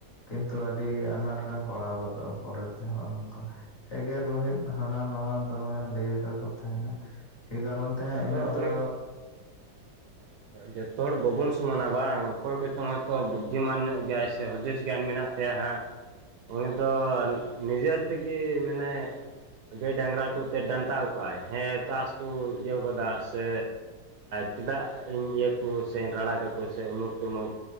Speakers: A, on the left; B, on the right.
A: ᱠᱤᱱᱛᱩ ᱟᱹᱰᱤ ᱟᱱᱟᱴ ᱨᱮᱢ ᱯᱟᱲᱟᱣ ᱜᱚᱫᱚᱜᱼᱟ ᱯᱚᱨᱮ ᱛᱮ ᱱᱚᱜ ᱱᱚᱝᱠᱟ᱾ ᱮᱜᱮᱨ ᱨᱦᱮᱫ ᱦᱟᱱᱟ ᱱᱟᱣᱟ ᱫᱚᱢᱮ ᱞᱟᱹᱭ ᱠᱟ ᱠᱚ ᱛᱟᱦᱮᱱᱟ, ᱮ ᱠᱟᱨᱚᱱ ᱛᱮ ᱛᱟᱦᱮᱸ
B: ᱟᱫᱚ
A: ᱤᱱᱟᱹᱜ ᱫᱚ
B: ᱡᱚᱛᱚᱦᱚᱲ ᱵᱟᱵᱚᱱ ᱥᱚᱢᱟᱱᱟ ᱵᱟᱝ ᱚᱠᱚᱭ ᱠᱚᱪᱚᱝ ᱦᱚᱭᱛᱚ ᱵᱩᱫᱽᱫᱷᱤᱢᱟᱱ ᱧᱚᱜ ᱜᱮᱭᱟᱭ ᱥᱮ ᱦᱩᱫᱤᱥ ᱜᱮᱭᱟᱱ ᱢᱮᱱᱟᱜ ᱛᱟ ᱛᱟᱭᱟ ᱦᱟᱸᱜ ᱩᱱᱤ ᱫᱚ ᱱᱤᱡᱮᱨ ᱛᱮᱜᱮ ᱢᱟᱱᱮ ᱜᱟᱹᱭ ᱰᱟᱝᱨᱟ ᱠᱚ ᱮ ᱰᱟᱱᱴᱟᱣ ᱠᱚᱣᱟᱭ ᱦᱮᱸ ᱪᱟᱥ ᱠᱚ ᱤᱭᱟᱹᱣ ᱟᱠᱟᱫᱟ ᱥᱮ ᱪᱮᱫᱟᱜ ᱤᱧ ᱤᱭᱟᱹ ᱠᱚ ᱥᱮᱧ ᱨᱟᱲᱟ ᱠᱟᱠᱚ ᱥᱮ ᱩᱢᱩᱠ ᱩᱢᱩᱠ,